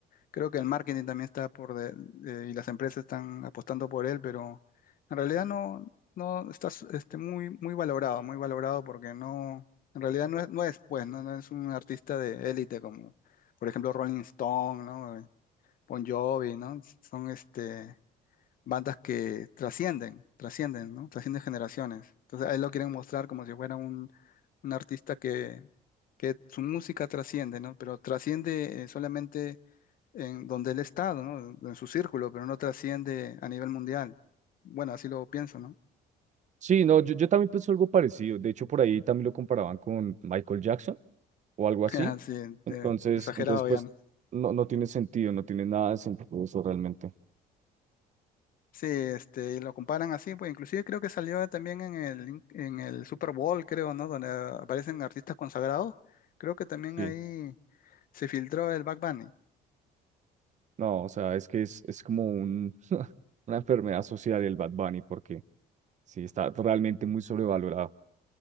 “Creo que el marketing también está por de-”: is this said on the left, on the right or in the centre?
Left